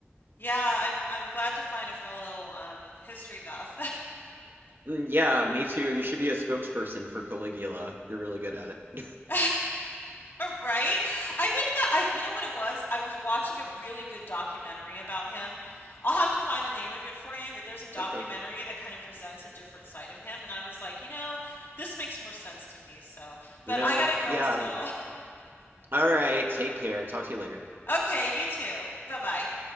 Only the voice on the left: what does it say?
yeah, I'm I'm glad to find a fellow um history buff.
<laughs> <laughs> Right? I think that I, you know what it was? I was watching a really good documentary about him. I'll have to find the name of it for you, but there's a documentary
that kind of presents a different side of him. And I was like, you know, this makes more sense to me. So, but
I gotta go.
So,
<laughs> okay, you too. Bye bye.